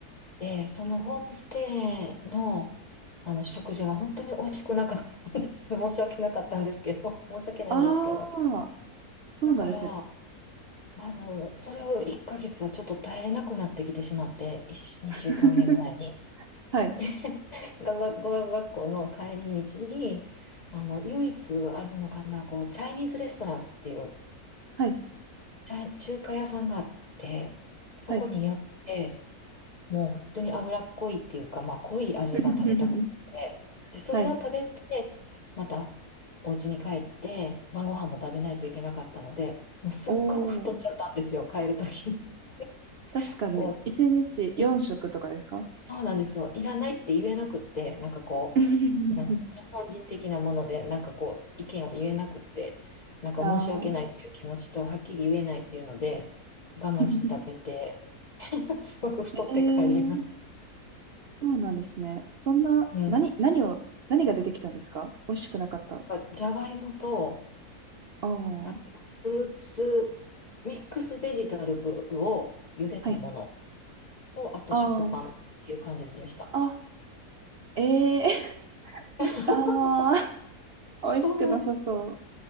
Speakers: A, on the left (about 50°); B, on the right (about 65°).
A: で、そのホームステイの、あの食事が本当に美味しくなかったんです。<laughs> 申し訳なかったんですけど、<laughs> 申し訳ないんですけど。
B: ああ。そうなんですね。
A: だから、まあ、あの、それを1ヶ月はちょっと耐えれなくなってきてしまって、2週間目ぐらいに。
B: <laughs> はい。
A: <laughs> 語学語学学校の帰り道に、あの、唯一あるのかな、こう、チャイニーズレストランっていう、
B: はい。
A: チャ中華屋さんがあって、そこに寄って、
B: はい。
A: もう本当に脂っこいっていうか、まあ、濃い味が食べたくて、
B: <laughs>
A: で、それを食べて、
B: はい。
A: またお家に帰って、晩ご飯も食べないといけなかったので、もうすっごく太っちゃったんですよ、
B: おお、
A: 帰るときに。
B: 確かに、
A: <laughs> こ
B: 1日4食とかですか
A: う、いそうなんですよ、いらないって言えなくって、なんかこ
B: <laughs>
A: う、なん日本人的なもので、なんかこう、意見を言えなくって、なんか申し訳ないっていう気持ちと、
B: ああ
A: はっきり言えないっていうので、我慢して食べて、
B: <laughs>
A: <laughs> すごく太って帰りました。
B: ええそうなんですね。そんな、
A: うん。
B: 何、何を、何が出てきたんですか美味しくなかった。
A: じゃがいもと、
B: ああ、は
A: あと、フルーツ、ミックスベジタルブルを茹でたもの
B: い。
A: と、あと食パンっていう感じでした。
B: ああ、あ、ええ <laughs> 確かあ
A: <laughs>
B: あ、美味しくなさそう。
A: そうなんです。